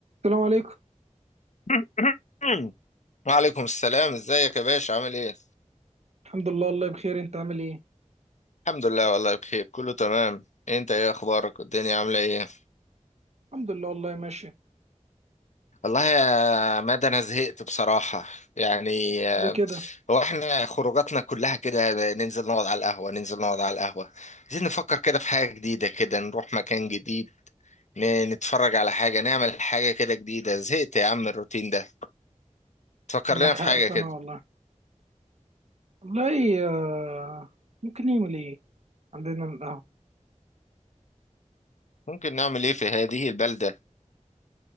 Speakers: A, on the right; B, on the left.
A: السلام عليكم
B: <laughs> <clears throat> وعليكم السلام ازيك يا باشا عامل ايه
A: الحمد لله والله بخير انت عامل ايه
B: الحمد لله والله بخير كله تمام انت ايه اخبارك والدنيا عامله ايه
A: الحمد لله والله ماشي
B: والله يا مادة انا زهقت بصراحه يعني آه،
A: ليه كده
B: هو احنا خروجاتنا كلها كده ننزل نقعد على القهوه ننزل نقعد على القهوه عايزين نفكر كده في حاجه جديده كده نروح مكان جديد ن- نتفرج على حاجه نعمل حاجه كده جديده زهقت يا عم من الروتين ده تفكر
A: عندك
B: لنا في
A: حق
B: حاجه
A: فانا
B: كده
A: والله والله آه، ممكن نعمل ايه عندنا القهوة
B: ممكن نعمل ايه في هذه البلده